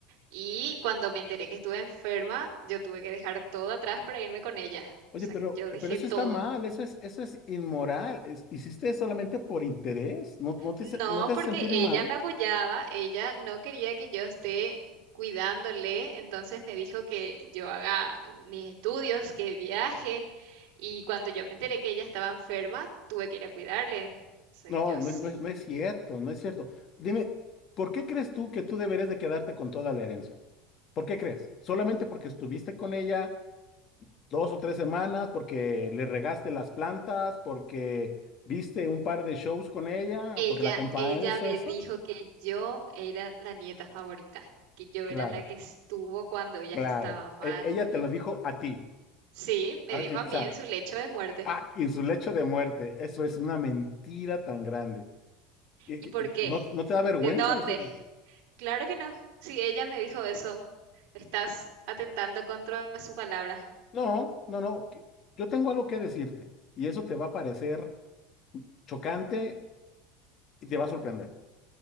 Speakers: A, on the right; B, on the left.
A: y cuando me enteré que estuve enferma, yo tuve que dejar todo atrás para irme con ella.
B: Oye,
A: O sea,
B: pero,
A: que yo dejé
B: pero eso
A: todo.
B: está mal, eso es, eso es inmoral. es- hiciste solamente por interés. ¿No, no te,
A: No,
B: hace- no te hace
A: porque
B: sentir
A: ella
B: mal?
A: me apoyaba, ella no quería que yo esté cuidándole, entonces me dijo que yo haga mis estudios, que viaje, y cuando yo me enteré que ella estaba enferma, tuve que ir a cuidarle. O sea,
B: No,
A: yo
B: no,
A: sí.
B: es no es- no es cierto, no es cierto. Dime, ¿por qué crees tú que tú deberías de quedarte con toda la herencia? ¿Por qué crees? ¿Solamente porque estuviste con ella dos o tres semanas, porque le regaste las plantas, porque viste un par de shows con ella,
A: Ella,
B: porque la acompañaste,
A: ella
B: eso,
A: me
B: eso?
A: dijo que yo era la nieta favorita, que yo
B: Claro,
A: era la que estuvo cuando ella
B: claro.
A: estaba mal.
B: E- ella te lo dijo a ti.
A: Sí, me
B: A-
A: dijo
B: eh,
A: a
B: O
A: mí
B: sea,
A: en su lecho de muerte.
B: Ah, en su lecho de muerte. Eso es una mentira tan grande. Eh,
A: ¿Y
B: que,
A: por
B: eh,
A: qué?
B: ¿No, no te da vergüenza
A: ¿De dónde?
B: decirlo?
A: Claro que no. Si ella me dijo eso, estás atentando contra su palabra.
B: No, no, no. que- Yo tengo algo que decirte y eso te va a parecer chocante y te va a sorprender.